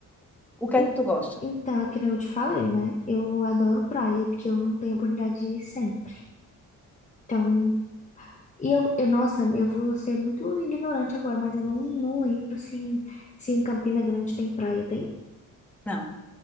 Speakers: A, in the centre; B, on the left.
A: o que
B: En-
A: é que tu gosta?
B: Então, é que nem eu te falei, né? Eu adoro praia, porque eu não tenho oportunidade de ir sempre. Então, e eu, e, nossa, eu vou ser muito ignorante agora, mas eu não, não lembro se, em- se em Campina Grande tem praia, tem?
A: Não,